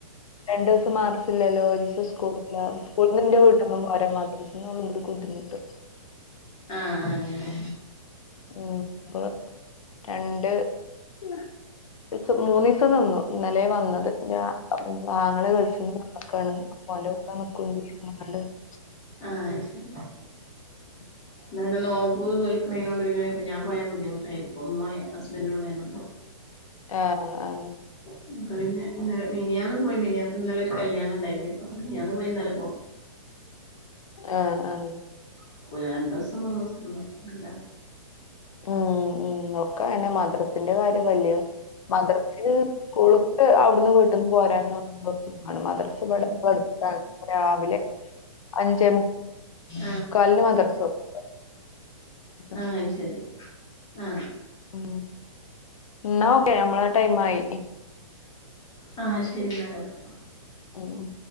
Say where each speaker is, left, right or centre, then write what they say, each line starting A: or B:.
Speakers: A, on the left; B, on the left.
A: രണ്ടു ദിവസം മാർസില്ലല്ലോ ഒരു ദിസം സ്കൂളില്ല സ്കൂൾ നിന്റെ വീട്ടൊന്നും പോരാ മാതിരി <unintelligible>
B: അഹ് അ അങ്ങനെ
A: ങ് ഇപ്പ രണ്ട് <unintelligible> മൂന്ന് ദിസം നിന്നു ഇന്നലെയ വന്നത് ര അപ്പോ ആങ്ങള ഗൾഫിന്ന് വന്ന്ക്കാണ് <unintelligible>
B: ആഹ് ശരി
A: <inaudible>
B: എന്താ പിന്നെ നോമ്പ് നോൽക്കണതിനോണ്ട് പിന്നെ ഞാൻ പോയാ ബുദ്ധിമുട്ടായിരിക്ക ഉമ്മ ഹസ്ബൻഡ ഉള്ളതിനുണ്ടോ.
A: ആഹ് ആഹ്
B: അപ്പൊ പിന്നെ ഇന്നലെ മിനിയാന്ന് പോയി മിനിയ ഇന്നലൊരു കല്യാണം ഉണ്ടായിനി അപ്പൊ മിനിയാന്ന് പോയി ഇന്നലെ പോന്ന്.
A: ആഹ് ആ
B: നിക്കൂലാ രണ്ട് ദിസം മൂന്ന് ദിസൊന്നും നിർത്തത്തില്ല.
A: ഉം ഉ ഓക്ക് അതന്നെ മദ്രാസിൻ്റെ കാര്യം വല്യ മദ്രസിന് സ്കൂൾക്ക് അവിടുന്ന് വീട്ടിൽന്ന് പോരാനും എളുപ്പാ മദ്രാസ് ഇവിടെ അടുത്താ രാവിലെ അഞ്ചേ മുക്കാലിന്
B: ആഹ്
A: മദർസ തുടങ്ങും <unintelligible>
B: അഹ് ശരി ആഹ് ആ
A: ഉം എന്നാ ഓക്കെ നമ്മളെ ആ ടൈം ആയി
B: ആഹ് ശരി എന്നാലോക്കെ.
A: ഉം ഉം